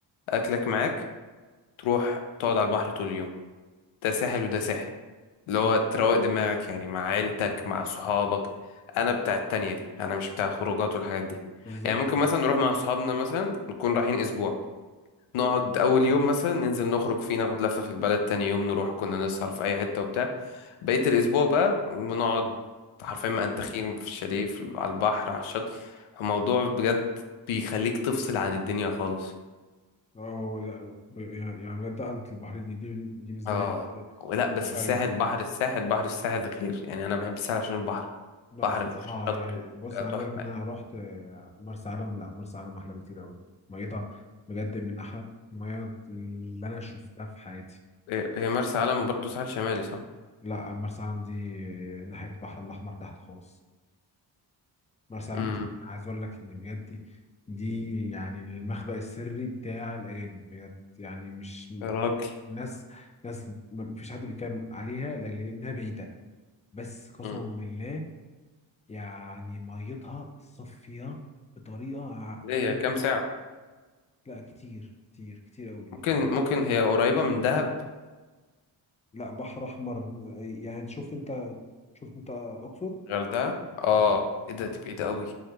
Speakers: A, on the left; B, on the left.
A: أكلك معاك تروح تقعد على البحر طول اليوم ده ساحل وده ساحل اللي
B: مم.
A: هو تروق دماغك يعني مع عيلتك مع صحابك انا بتاع التانية دي انا مش بتاع الخروجات والحاجات دي
B: بالظبط
A: يعني ممكن مثلا نروح مع صحابنا مثلا نكون رايحين اسبوع نقعد اول يوم مثلا ننزل نخرج فيه ناخد لفة في البلد تاني يوم نروح كنا نسهر في اي حتة وبتاع بقية الاسبوع بقى بنقعد حرفيا منتخين في الشاليه في- على البحر على الشط الموضوع بجد بيخليك تفصل عن الدنيا خالص
B: أه لا يعني بجد قعدة البحر دي دي دي بالنسبة
A: اه
B: لي بجد
A: لا بس الساحل
B: ممتعة جدا
A: بحر الساحل بحر الساحل غير يعني انا بحب الساحل عشان البحر
B: لا
A: بحر
B: صراحة
A: الشط
B: يعني
A: وبتاع
B: بص أنا
A: تحفة
B: عايز أقول لك
A: يعني.
B: إن أنا رحت آه، مرسى علم لا مرسى علم أحلى بكتير أوي ميتها بجد من أحلى المياه اللي أنا شفتها في حياتي
A: هي هي مرسى علم برضو ساحل شمالي صح؟
B: لا مرسى علم دي آه، ناحية البحر الأحمر تحت خالص مرسى علم
A: امم
B: دي عايز أقول لك إن بجد دي يعني المخبأ السري بتاع الأجانب بجد يعني مش م-
A: يا راجل
B: ناس ناس م- مفيش حد بيتكلم عليها لأنها بعيدة بس قسما
A: امم
B: بالله يعني ميتها صافية بطريقة ع-
A: ليه
B: عايز اقول
A: هي كام
B: لك ان انا
A: ساعة؟
B: لا كتير كتير كتير قوي
A: ممكن
B: يعني مت-
A: ممكن هي قريبة من دهب
B: لا بحر احمر يعني انت شفت انت شفت انت اقصر
A: غردقة اه ايه ده دي بعيدة قوي